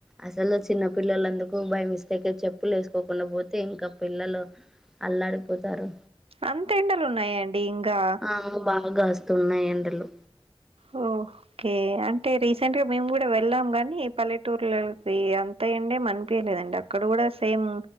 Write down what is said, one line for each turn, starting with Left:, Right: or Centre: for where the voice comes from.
Centre: అసలు చిన్న పిల్లలందుకు బైయ్ మిస్టేక్ ల చెప్పులు యేసుకోకుండా పోతే ఇంకా పిల్లలు అల్లాడిపోతారు
Right: అంత ఎండలు ఉన్నాయండి ఇంగా
Centre: అవును బాగాస్తున్నాయి ఎండలు
Right: ఓ ఓకే అంటే రీసెంట్ గా మేము గూడా వెళ్ళాం గాని పల్లెటూర్లకి అంత ఎండే అనిపియలేదండి ఇక్కడ గూడా సేమ్